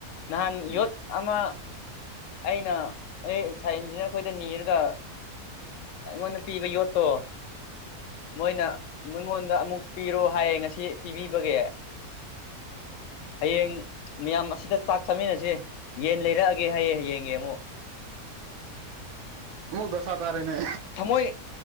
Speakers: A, on the left; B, on the right.
A: ꯅꯍꯥꯟ
B: ꯎꯝ
A: ꯌꯣꯠ ꯑꯃ ꯑꯩꯅ ꯑꯩ ꯁꯥꯏ ꯏꯟꯖꯤꯅꯤꯌꯥꯔ ꯈꯣꯏꯗ ꯅꯤꯔꯒ ꯑꯩꯉꯣꯟꯗ ꯄꯤꯕ ꯌꯣꯠꯇꯣ ꯃꯣꯏꯅ ꯃꯤꯉꯣꯟꯗ ꯑꯃꯨꯛ ꯄꯤꯔꯣ ꯍꯥꯏꯌꯦ ꯉꯁꯤ ꯄꯤꯕꯤꯕꯒꯤ ꯍꯌꯦꯡ ꯃꯤꯌꯥꯝ ꯑꯁꯤꯗ ꯆꯥꯛ ꯆꯥꯃꯤꯟꯅꯁꯦ ꯌꯦꯟ ꯂꯩꯔꯛꯑꯒꯦ ꯍꯥꯏꯌꯦ ꯍꯌꯦꯡꯒꯤ ꯑꯃꯨꯛ
B: ꯑꯃꯨꯛ ꯗꯁꯥ ꯇꯥꯔꯦꯅꯦ
A: ꯊꯃꯣꯏ